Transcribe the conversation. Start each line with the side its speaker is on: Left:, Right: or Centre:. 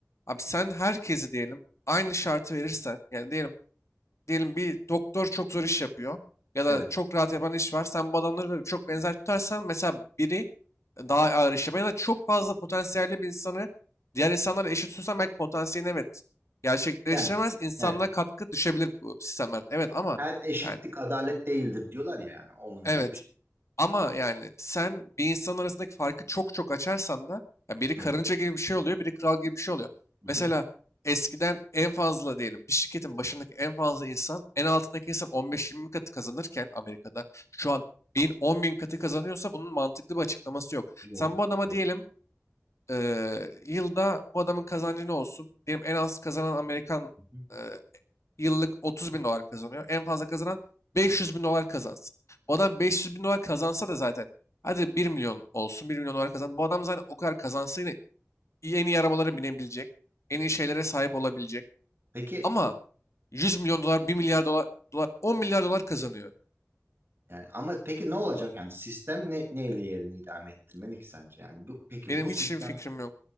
Left: abi sen herkesi diyelim aynı şartı verirsen yani diyelim diyelim bir doktor çok zor iş yapıyor ya da
Right: Evet.
Left: çok rahat yapan iş var. Sen bu adamları da çok benzer tutarsan mesela biri daha ağır iş yapan ya da çok fazla potansiyelli bir insanı diğer insanlarla eşit tutarsan belki potansiyelini evet gerçekleştiremez.
Right: Yani
Left: İnsanlığa
Right: evet.
Left: katkı düşebilir bu sistemler. Evet ama
Right: Her eşitlik
Left: yani
Right: adalet değildir diyorlar ya yani onun
Left: evet.
Right: gibi bir şey.
Left: Ama yani sen bir insan arasındaki farkı çok çok açarsan da ya biri karınca
Right: Evet.
Left: gibi bir şey oluyor, biri kral gibi bir şey oluyor.
Right: Hı
Left: Mesela
Right: hı.
Left: eskiden en fazla diyelim bir şirketin başındaki en fazla insan en altındaki insan 15-20 katı kazanırken Amerika'da şu an 1000-10 bin katı kazanıyorsa bunun mantıklı bir açıklaması yok.
Right: Yok.
Left: Sen bu adama
Right: Evet.
Left: diyelim eee, yılda bu adamın kazancı ne olsun? Diyelim en az kazanan Amerikan
Right: Hı hı.
Left: eee, yıllık 30 bin dolar kazanıyor. En fazla kazanan 500 bin dolar kazansın. Bu adam 500 bin dolar kazansa da zaten hadi bir milyon olsun bir milyon dolar kazan. Bu adam zaten o kadar kazansa yine en iyi arabalara binebilecek. En iyi şeylere sahip olabilecek.
Right: Peki
Left: Ama 100 milyon dolar bir milyar dolar, dolar 10 milyar dolar kazanıyor.
Right: yani ama peki ne olacak yani sistem ne neyle yerini idame ettirmeli ki sence? Yani bu, peki
Left: Benim
Right: bu sistem
Left: hiç fikrim yok.